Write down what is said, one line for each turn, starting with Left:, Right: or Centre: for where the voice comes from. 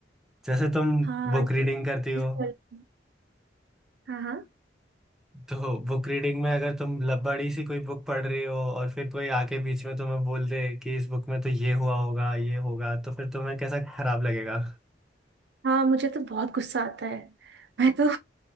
Centre: जैसे तुम
Right: हाँ
Centre: बुक रीडिंग
Right: ये
Centre: करती हो
Right: इस quality- हाँ हाँ
Centre: तो बुक रीडिंग में अगर तुम ल- बड़ी सी कोई बुक पढ़ रहे हो और फिर कोई आके बीच में तुम्हें बोल दे कि इस बुक में तो ये हुआ होगा ये होगा तो फिर तुम्हें कैसा खराब लगेगा
Right: हाँ मुझे तो बहुत गुस्सा आता है मैं तो